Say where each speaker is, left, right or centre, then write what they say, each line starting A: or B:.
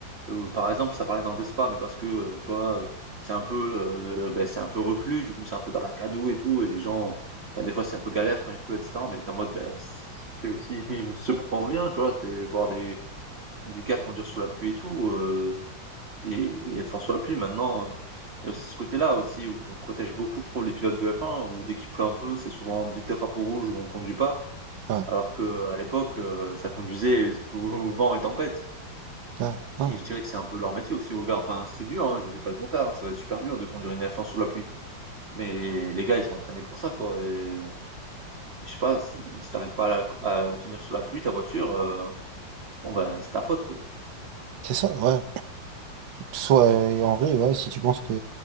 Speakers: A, on the right; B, on the right.
A: heu, par exemple, ça parlait dans le Spa, mais parce que, heu, tu vois, heu, c'est un peu, heu, beh, c'est un peu reclus, du coup, c'est un peu dans la gadoue et tout et les gens, ben des fois, c'est un peu galère quand il pleut et cetera, mais tu en mode, ben c'est aussi <laughs> ce pourquoi on vient, tu vois? C'est voir des des gars conduire sous la pluie et tout, heu et et être fort sur la pluie. Maintenant, heu, il y a aussi ce côté-là aussi où on protège beaucoup, je trouve, les pilotes de F1 où dès qu'il pleut un peu, c'est souvent vite des drapeau rouges où on conduit pas.
B: Ouais,
A: Alors qu'à l'époque, heu, ça conduisait sous vent et tempête.
B: ouais, ouais.
A: Et je dirais que c'est un peu leur métier aussi aux gars. Enfin, c'est dur, hein, je dis pas le contraire, hein, ça doit être super dur de conduire une F1 sous la pluie. Mais les gars, ils sont entraînés pour ça, quoi et et je sais pas, si si tu pas à la à tenir sous la pluie ta voiture, heu, bon, ben, c'est ta faute, quoi.
B: C'est ça, ouais. Soit, euh, en vrai, ouais, si tu penses que,